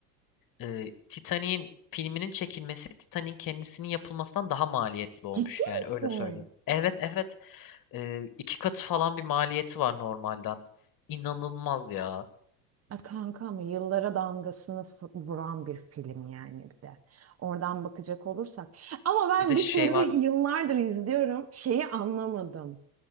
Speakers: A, on the left (about 40°); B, on the right (about 30°).
A: e, Titanic'in filminin çekilmesi Titanic'in kendisinin yapılmasından daha maliyetli olmuş
B: Ciddi
A: yani
B: misin?
A: öyle söyleyeyim. Evet evet e, iki katı falan bir maliyeti var normalden. İnanılmaz ya.
B: E, Kanka mı yıllara damgasını f- vuran bir film yani bir de. Oradan bakacak olursak. Ama ben
A: Bir de
B: bir
A: şey
B: türlü
A: var.
B: yıllardır izliyorum şeyi anlamadım.